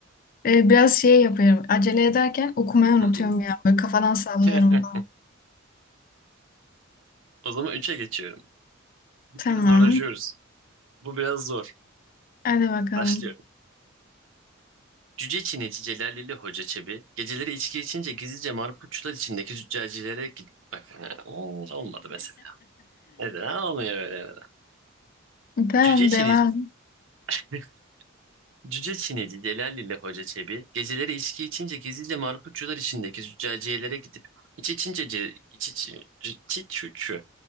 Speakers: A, on the left; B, on the right.
A: Ee, biraz şey yapıyorum. Acele ederken okumayı unutuyorum
B: Hı hı.
A: ya. Böyle kafadan sallıyorum
B: <laughs>
A: falan.
B: O zaman üçe geçiyorum. Gitgide
A: Tamam.
B: zorlaşıyoruz. Bu biraz zor.
A: Hadi bakalım.
B: Başlıyor. Cüce Çinici Celalili Hoca Çebi geceleri içki içince gizlice marpuçlar içindeki züccacilere git... Bak ha, olmadı mesela. Neden olmuyor böyle neden?
A: <laughs> Tamam
B: Cüce Çinici,
A: devam.
B: <laughs> Cüce Çinici Celalili Hoca Çebi geceleri içki içince gizlice marpuçlar içindeki züccaciyelere gidip iç içince ce, iç iç iç iç- şu şu.